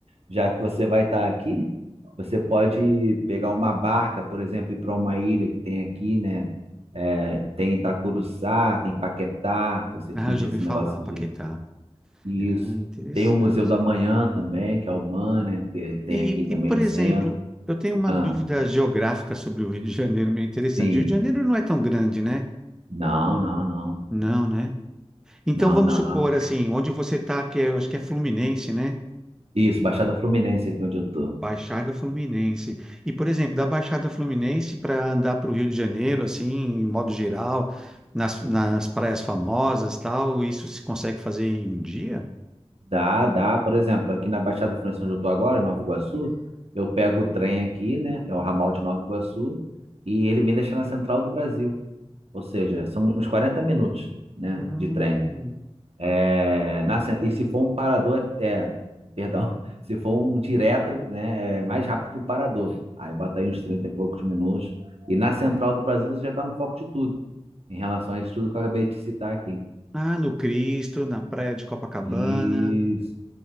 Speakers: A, on the right; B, in the centre.
A: já que você vai estar aqui, você pode pegar uma barca, por exemplo, ir para uma ilha que tem aqui, né? É, tem Itacuruçá, tem Paquetá, se você
B: Ah,
A: curte
B: já ouvi
A: esse
B: falar,
A: negócio
B: Paquetá.
A: de isso.
B: Ah, interessante.
A: Tem o Museu da Manhã também, que é o MAN, né? Que tem
B: E,
A: aqui também
B: e, por
A: no
B: exemplo,
A: centro.
B: eu tenho uma
A: Ah,
B: dúvida geográfica sobre o Rio de Janeiro meio interessante.
A: sim.
B: O Rio de Janeiro não é tão grande, né?
A: Não, não, não.
B: Não, né? Então
A: Não,
B: vamos
A: não.
B: supor assim, onde você está, que é, acho que é Fluminense, né?
A: Isso, Baixada Fluminense aqui onde eu tô.
B: Baixada Fluminense. E, por exemplo, da Baixada Fluminense para andar para o Rio de Janeiro, assim, em modo geral, nas, nas praias famosas, tal, isso se consegue fazer em um dia?
A: Dá, dá. Por exemplo, aqui na Baixada Fluminense, onde eu tô agora, em Nova Iguaçu, eu pego o trem aqui, né, que é o ramal de Nova Iguaçu, e ele me deixa na Central do Brasil. Ou seja, são uns 40 minutos, né,
B: Hum.
A: de trem. É, na, cen- e se for um parador, é, é, perdão, <laughs> se for um direto, né, é mais rápido que o parador. Aí bota aí uns 30 e poucos minutos. E na Central do Brasil você já está no foco de tudo, em relação a isso tudo que eu acabei de citar aqui.
B: Ah, no Cristo, na praia de Copacabana.
A: isso